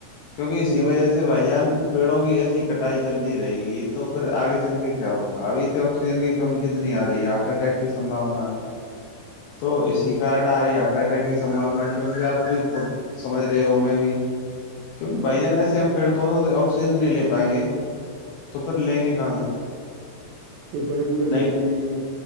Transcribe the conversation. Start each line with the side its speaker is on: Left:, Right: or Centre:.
Left: کیونکہ اسی
Right: یہاں
Left: وجہ
Right: کی
Left: سے بھائی جان پیڑوں کی ایسی کٹائی چلتی رہے گی تو پھر آگے چل کے کیا ہوگا اھی تو آکسیجن کی کمی کتنی آ رہی ہے ہارٹ اٹیک کی سمبانا ہے تو اسی کارن آ رہی ہارٹ اٹیک کی سمباونا کیوںکہ آپ بھی خود سمجھ رہے ہو میں بھی- کیونک بھائی جان ایسے ہم پیڑ پودوںے سے آکسیجن نہیںے پائیں گے? تو پھر لیں گے کہاں سے
Right: یہ بڑے بوڑے لوگ
Left: نہیں
Right: ہیں یہ-